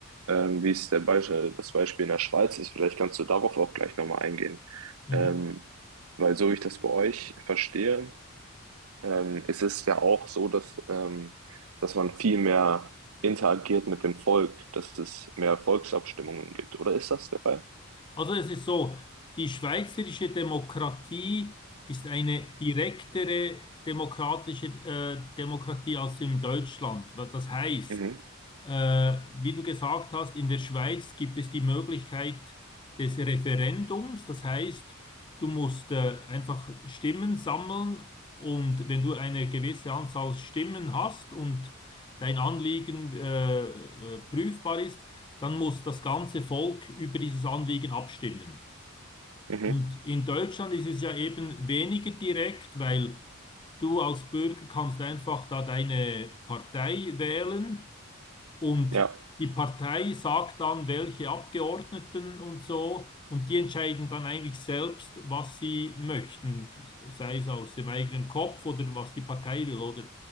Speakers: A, on the right; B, on the left.
A: ähm, wie es der Beispiel, das Beispiel in der Schweiz ist. Vielleicht kannst du darauf auch gleich nochmal eingehen.
B: Mhm.
A: Ähm, weil so ich das bei euch verstehe, ähm, es ist ja auch so, dass, ähm, dass man viel mehr interagiert mit dem Volk, dass es mehr Volksabstimmungen gibt. Oder ist das der Fall?
B: Also es ist so, die schweizerische Demokratie ist eine direktere demokratische äh, Demokratie als in Deutschland. Was das heißt,
A: Mhm,
B: äh, wie du gesagt hast, in der Schweiz gibt es die Möglichkeit des Referendums. Das heißt, du musst äh, einfach Stimmen sammeln und wenn du eine gewisse Anzahl Stimmen hast und dein Anliegen äh, äh, prüfbar ist, dann muss das ganze Volk über dieses Anliegen abstimmen.
A: mhm,
B: Und in Deutschland ist es ja eben weniger direkt, weil du als Bürger kannst einfach da deine Partei wählen und
A: ja,
B: die Partei sagt dann, welche Abgeordneten und so, und die entscheiden dann eigentlich selbst, was sie möchten, sei es aus dem eigenen Kopf oder was die Partei will, oder?